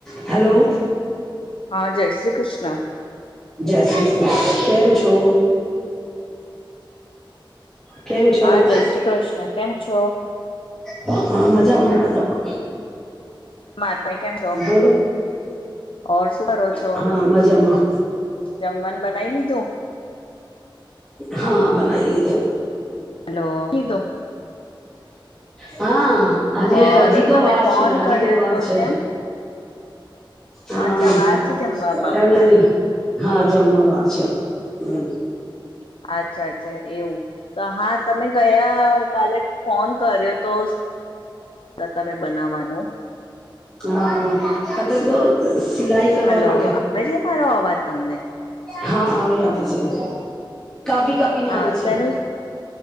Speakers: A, in the centre; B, on the left.
A: Hello.
B: હા જય શ્રી કૃષ્ણ.
A: જય શ્રી કૃષ કેમ છો? કેમ છો
B: હા
A: <unintelligible>
B: જય શ્રી કૃષ્ણ કેમ છો
A: હા મજામાં મજામાં
B: મા તમે કેમ છો
A: બોલો
B: ઓર શું કરો છો?
A: હા મજામાં
B: જમવાન બનાવી લીધું?
A: હા બનાવી લીધુ
B: હલો કીધું
A: હા હા હજી
B: ઓર
A: હજી તો
B: તમે
A: વાર
B: ફોન
A: છે હજી
B: કર્યો
A: તો વાર છે.
B: કેમ
A: હા
B: અચ્છા વાર છે જમવામાં
A: હવે વે હા જમમ વાર છે એમ
B: અચ્છા અચ્છા એવું. તો હા તમે ગયા કાલે ફોન કર્યો તો તો તમે બનાવવાનું
A: હા અત્યાર તો સિલાઈ કરવા
B: હલો
A: માટે
B: આવે છે મારો અવાજ તમને
A: હા આવે આવે છે. કાપી કાપી ને
B: હા
A: આવે છે.
B: શેનું
A: <inaudible>